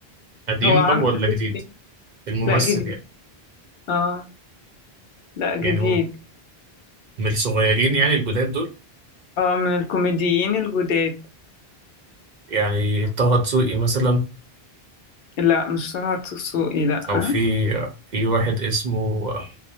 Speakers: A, on the right; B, on the left.
A: قديم
B: هو عامل
A: طب ولا جديد
B: إيه.
A: الممثل
B: لا جديد
A: يعني
B: اه لا جديد
A: يعني هو من الصغيرين يعني الجداد دول
B: اه من الكوميديين الجداد
A: يعني طه دسوقي مثلا
B: لا مش طه دسوقي لا
A: او
B: آه.
A: في آه، في واحد اسمه آه،